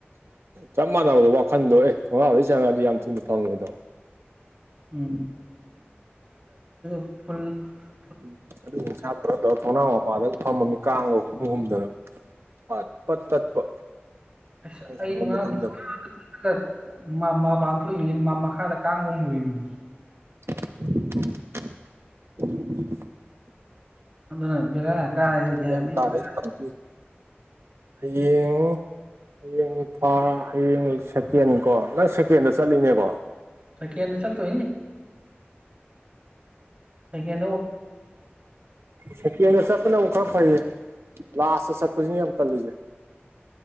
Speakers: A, on the right (about 85°); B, on the right (about 30°).
A: ꯆꯞ ꯃꯥꯟꯅꯕꯗꯣ ꯋꯥꯈꯟꯗꯣ ꯑꯦ ꯊꯣꯡꯉꯩ ꯆꯪꯉꯛꯑꯗꯤ ꯌꯥꯝ ꯊꯨꯅ ꯐꯪꯉꯦ ꯑꯗꯣ
B: ꯎꯝ ꯐ
A: ꯎꯝ ꯑꯗꯨ ꯁꯥꯇ꯭ꯔꯗ ꯊꯣꯡꯅꯥꯎ ꯃꯄꯥꯗꯒ ꯊꯝꯃꯝꯃꯤ ꯀꯥꯡꯒ ꯍꯨꯝꯐ ꯍꯨꯝꯗꯅ ꯐꯠ ꯄꯠ ꯇꯠꯄ
B: ꯑ
A: ꯃꯣꯏ
B: ꯑꯩꯁꯨ
A: ꯁꯥꯟꯅꯐꯝꯗꯣ
B: ꯉꯉꯥꯡꯃꯄ
A: ꯈꯪꯗꯕ
B: ꯊꯣꯛꯏꯅꯤ ꯃꯈꯥꯗ ꯀꯥꯡ ꯍꯣꯝꯃꯨꯔꯤꯕꯅꯤ
A: ꯎ
B: ꯑꯗꯨꯅꯕꯕꯤꯂ ꯀꯥꯏ
A: ꯒ꯭ꯌꯥꯟ
B: ꯃꯦꯟ
A: ꯇꯥꯔꯦ
B: ꯇꯥ
A: ꯀꯍ ꯍꯌꯦꯡ ꯍꯌꯦꯡ ꯊꯥ ꯍꯌꯦꯡ ꯁꯦꯀꯦꯟ ꯀꯣ ꯅꯪ ꯁꯦꯀꯦꯟꯗ ꯆꯠꯂꯤꯅꯦꯀꯣ
B: ꯇ ꯀꯅ ꯆꯊ ꯑꯩ ꯍ
A: ꯁ ꯀꯅ ꯆꯄꯅ ꯑꯃꯛ ꯈꯔ ꯐꯩꯌꯦ ꯂꯥꯁꯇꯦ ꯁꯠꯀꯁꯨꯅꯤ ꯌꯥꯝꯝꯇꯜ ꯂꯤꯨꯖꯦ